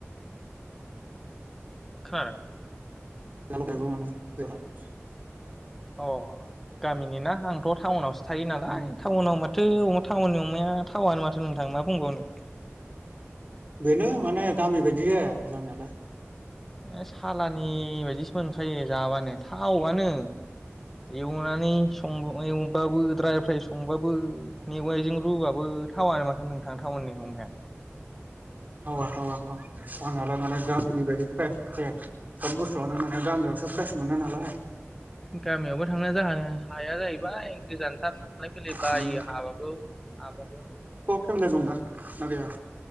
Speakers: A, in the centre; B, on the right.
A: खार
B: <unintelligible>
A: अ गामिनि ना आंथ' टाउनावसो थायो नालाय
B: उम
A: टाउनाव माथो माथो अ टाउननि अमाया थावानो माथो नोंथां मा बुंबावनो?
B: बेनो माने गामि बायदि जाया जानायालाय
A: ए सालानि बायदिसो मोनखायो जाबानो थावआनो एवनानै सं एवबाबो द्राय फ्राय संबाबो मेवाइजों रुबाबो टावानो माथो नोंथां टाउननि अमाया
B: थावा थावा थावनायालाय माने गामिनि बायदि प्रेइस सोब बुस्थुआनो माने गामियावसो प्रेइस मोनो नालाय
A: गामियावबो थांनो जा हाया जाहैबाय गोजानथार। थांलाय फैलाय बायो
B: उम
A: हाबाबो हाबाबो
B: सोमोन्दो दंदा ना गैया